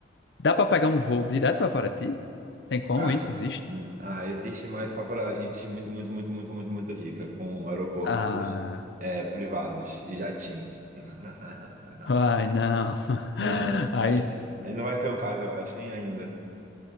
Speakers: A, on the left; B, on the right.
A: dá pra pegar um voo direto pra Paraty? Tem como
B: Cara,
A: isso? Existe?
B: hum, ah, existe, mas só para gente muito, muito, muito, muito, muito, muito rica, com aeroportos
A: Ah.
B: é, privados e jatinho. <laughs>
A: Ai, não.
B: Não,
A: <laughs> Aí,
B: acho que não vai ser o caso, eu acho, hein, ainda.